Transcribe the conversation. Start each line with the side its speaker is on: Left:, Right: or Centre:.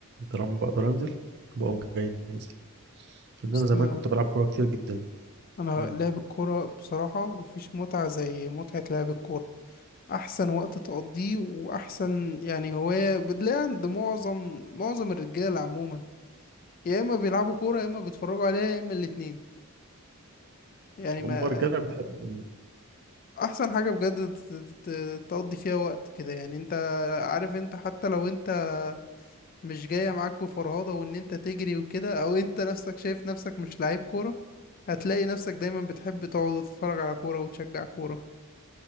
Right: طالما بقدر انزل بقوم جاي نازل لان
Left: أصل
Right: انا زمان كنت بلعب كورة كتير جدا
Left: انا
Right: مم.
Left: لعب الكورة بصراحة مفيش متعة زي متعة لعب الكورة احسن وقت تقضيه واحسن يعني هواية بتلاقيها عند معظم معظم الرجالة عموما يا اما بيلعبوا كورة يا اما بيتفرجوا عليها يا اما الاتنين يعني ما
Right: أم الرجالة بتحب ال-
Left: احسن حاجة بجد ت- ت- تقضي فيها وقت كده يعني انت عارف انت حتى لو انت مش جاية معاك بفرهضة وان انت تجري وكده او انت نفسك شايف نفسك مش لعيب كورة هتلاقي نفسك دايما بتحب تقعد وتتفرج على كورة وتشجع كورة